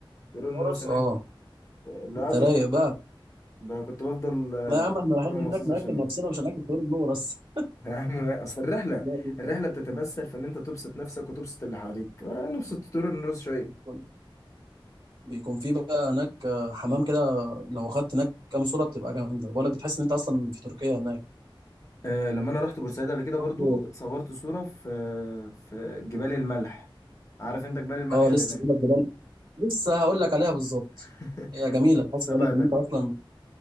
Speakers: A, on the left; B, on the right.
A: طيور
B: في الفرص
A: النورس هناك
B: اه
A: العب
B: انت رايق
A: ب-
B: بقى
A: ب- كنت بفضل آه،
B: لا يا عم احنا رايحين
A: مخصوص
B: هناك ناكل
A: عشانهم
B: نفسنا مش هناكل في وادي النور بس
A: يا عم اصل الرحله
B: لا
A: الرحله بتتمثل في ان انت تبسط نفسك وتبسط اللي حواليك آه، نبسط طول الناس شويه
B: بيكون بيكون في بقى هناك آه، حمام كده لو خدت هناك كام صوره بتبقى جامده بقول لك بتحس ان انت اصلا في تركيا هناك
A: أه لما انا رحت بورسعيد قبل كده برضو
B: برضه-
A: اتصورت صوره في في جبال الملح عارف انت جبال الملح
B: اه
A: اللي
B: لسه
A: هناك
B: بقول لك جبال لسه هقول لك عليها بالظبط
A: <laughs>
B: هي جميله تحس
A: سبقتك
B: بقول لك ان انت
A: اه
B: اصلا